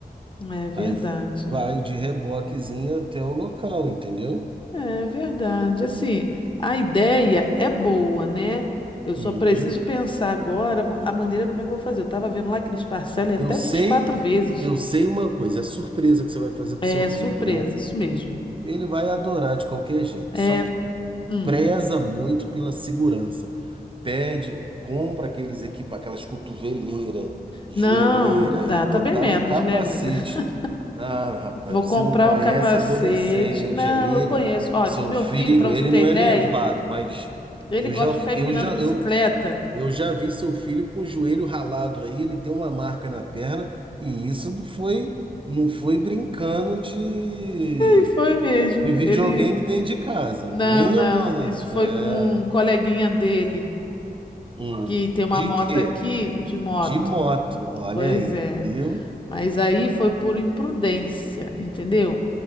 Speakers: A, on the left; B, on the right.
A: É verdade.
B: Aí vai de reboquezinho até o local, entendeu?
A: É verdade. Assim, a ideia é boa, né? Eu
B: Uhum.
A: só preciso pensar agora ma- a maneira como é que eu vou fazer. Eu tava vendo lá que eles parcelam em até
B: Eu sei,
A: 24 vezes.
B: eu sei uma coisa, é a surpresa que você vai fazer pro
A: É
B: seu filho,
A: surpresa,
B: né?
A: isso mesmo.
B: Ele vai adorar de qualquer jeito,
A: É,
B: só que
A: hum.
B: preza muito pela segurança. pede, compra aqueles equipa, aquelas cotoveleira, joelheira
A: Não, ah,
B: e botar
A: tá bem menos,
B: o capacete.
A: né, amiga? <laughs>
B: Ah, rapaz,
A: Vou comprar
B: você não conhece
A: o capacete.
B: adolescente,
A: Não,
B: amiga.
A: eu conheço. Olha,
B: Seu
A: o meu
B: filho,
A: filho, para você
B: ele
A: ter
B: não
A: ideia,
B: é levado, mas
A: Ele
B: eu
A: gosta
B: já,
A: de ficar
B: eu
A: empinando
B: já,
A: bicicleta.
B: eu, eu já vi seu filho com o joelho ralado aí, ele tem uma marca na perna, e isso não foi, não foi brincando de,
A: E foi mesmo.
B: de videogame
A: Ele.
B: dentro de casa,
A: Não,
B: nem
A: não.
B: andando.
A: Isso foi
B: É.
A: com um coleguinha dele,
B: Hum.
A: que tem
B: De
A: uma moto
B: quê?
A: aqui de moto.
B: De moto, olha
A: Pois
B: aí,
A: é.
B: viu?
A: Mas aí foi por imprudência, entendeu?